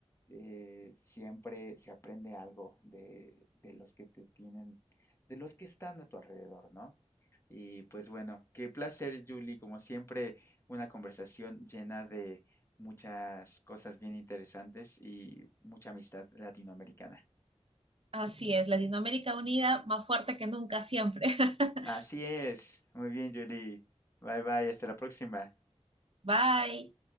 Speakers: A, on the left (about 25°); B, on the right (about 55°).
A: eh, siempre se aprende algo de, de los que te tienen, de los que están a tu alrededor, ¿no? Y pues bueno, qué placer, Julie, como siempre, una conversación llena de muchas cosas bien interesantes y mucha amistad latinoamericana.
B: Así es, Latinoamérica unida, más fuerte que nunca, siempre. <laughs>
A: Así es, muy bien, Julie. Bye bye, hasta la próxima.
B: Bye.